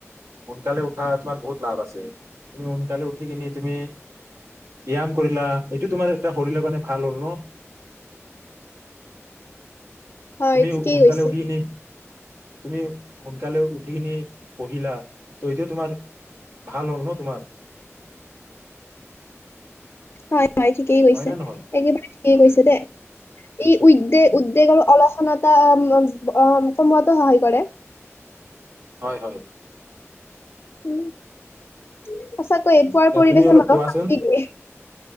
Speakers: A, on the right; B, on the left.
A: সোনকালে উঠা তোমাৰ বহুত লাভ আছে তুমি সোনকালে উঠি কিনি তুমি ব্যায়াম কৰিলা এইটো তোমাৰ এটা শৰীৰৰ কাৰণে ভাল হ'ল ন
B: হয়
A: তুমি
B: ঠিকেই
A: সোনকালে
B: কৈছে।
A: উঠি কিনি তুমি সোনকালে উঠি কিনি পঢ়িলা ত এইটো তোমাৰ ভাল হ'ল ন তোমাৰ
B: হয় হয় ঠিকেই কৈছে
A: হয় না নহয়
B: একেবাৰে ঠিকেই কৈছে
A: উম
B: দেই এই উদ্গে
A: উম
B: উদ্বেগ আৰু অলসনতা অঁ কমোৱাতো সহায় কৰে।
A: হয় হয়।
B: উম সঁচাকৈয়ে পুৱাৰ
A: এতিয়া
B: পৰিৱেশে
A: তুমি অলপ
B: মানুহক
A: কোৱাচোন
B: শান্তি দিয়ে।